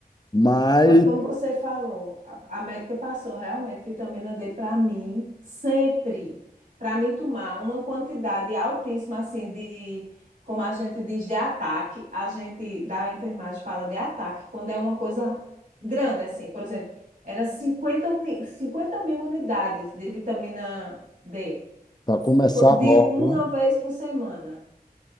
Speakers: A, on the left; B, on the right.
A: mas
B: Olha, como você falou, a, a médica passou realmente vitamina D para mim sempre. Para mim tomar uma quantidade altíssima assim de, como a gente diz, de ataque, a gente da enfermagem fala de ataque, quando é uma coisa grande assim, por exemplo, era cinquenta uni, 50 mil unidades de vitamina D,
A: para começar
B: to- de
A: logo,
B: uma
A: né?
B: vez por semana.